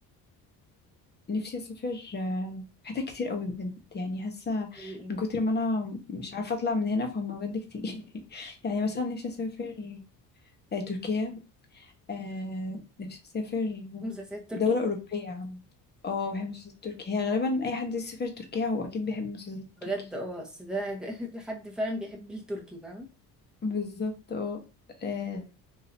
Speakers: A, on the left (about 25°); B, in the centre.
A: نفسي اسافر آه، حتت كتير قوي بجد يعني حاسه
B: زي ايه
A: من
B: مثلا
A: كتر ما انا مش عارفه اطلع من هنا فهم بجد كتير <laughs> يعني مثلا نفسي اسافر آه، تركيا آه، نفسي اسافر
B: مسلسلات تركي
A: دوله اوروبيه عامه اه بحب المسلسلات التركية هي غالبا اي حد يسافر تركيا هو اكيد بيحب المسلسلات التركية
B: بجد اه اصل ده <laughs> حد فعلا بيحب التركي فاهمة
A: بالظبط اه آه،